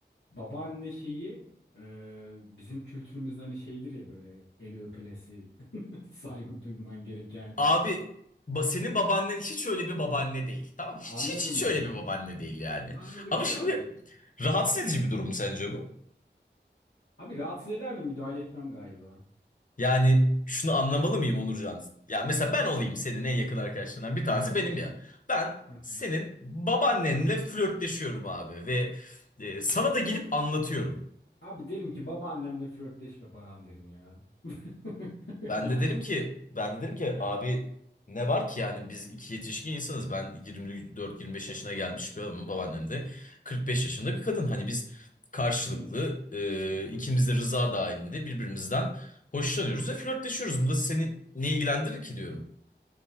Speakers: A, on the left; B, on the left.
A: Babaanne şeyi e, bizim kültürümüzde hani şeydir ya böyle eli öpülesi, <laughs> saygı duyman gereken.
B: Abi ba- senin babaannen hiç öyle bir babaanne değil. Tamam hiç
A: Ya Anladım
B: hiç hiç
A: onu.
B: öyle bir babaanne değil yani.
A: Onu anladık
B: Ama
A: kral
B: şimdi
A: ya.
B: rahatsız edici bir durum mu sence bu?
A: Abi rahatsız ederdim müdahale etmem galiba.
B: Yani şunu anlamalı mıyım Onurcan? Ya mesela ben olayım senin en yakın arkadaşlarından bir
A: Aha,
B: tanesi benim ya. Ben
A: hı hı.
B: senin babaannenle flörtleşiyorum abi ve e, sana da gelip anlatıyorum.
A: Abi derim ki babaannemle flörtleşme Baran derim ya. <laughs>
B: Ben
A: Yani.
B: de derim ki ben de derim ki
A: yani.
B: abi ne var ki yani biz iki yetişkin insanız. Ben 24-25 yaşına gelmiş bir adamım babaannem de 45 yaşında bir kadın. Hani biz karşılıklı
A: Hı,
B: e,
A: hı.
B: ikimiz de rıza dahilinde birbirimizden hoşlanıyoruz ve flörtleşiyoruz. Burada seni ne ilgilendirir ki diyorum.